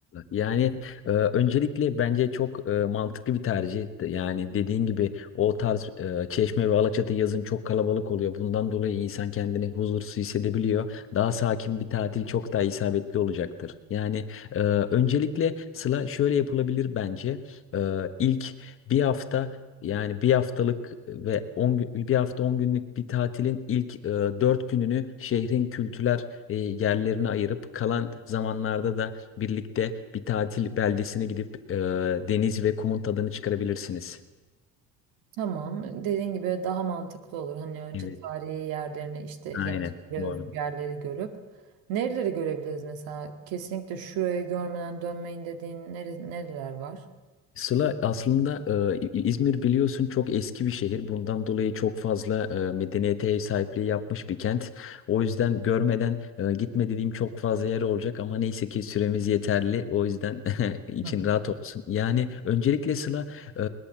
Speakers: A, on the left; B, on the right.
A: Yani e, öncelikle bence çok e, mantıklı bir tercih. Yani dediğin gibi o tarz e, Çeşme ve Alaçatı yazın çok kalabalık oluyor. Bundan dolayı insan kendini huzursuz hissedebiliyor. Daha sakin bir tatil çok daha isabetli olacaktır. Yani e, öncelikle Sıla şöyle yapılabilir bence. E, ilk bir hafta yani bir haftalık ve 10 gün, bir hafta 10 günlük bir tatilin ilk e, 4 gününü şehrin kültürel e, yerlerine ayırıp kalan zamanlarda da birlikte bir tatil beldesine gidip e, deniz ve kumun tadını çıkarabilirsiniz.
B: Tamam, dediğin gibi daha mantıklı olur. Hani önce
A: Evet.
B: tarihi yerlerini işte gençliğe
A: Aynen. Doğru.
B: özgü yerleri görüp nereleri görebiliriz mesela? Kesinlikle şurayı görmeden dönmeyin dediğin nere- nereler var?
A: Sıla aslında e, İzmir biliyorsun çok eski bir şehir. Bundan dolayı çok fazla e, medeniyete ev sahipliği yapmış bir kent. O yüzden görmeden e, gitme dediğim çok fazla yer olacak ama neyse ki süremiz yeterli. O yüzden <laughs> için
B: Hı
A: rahat olsun. Yani öncelikle Sıla e,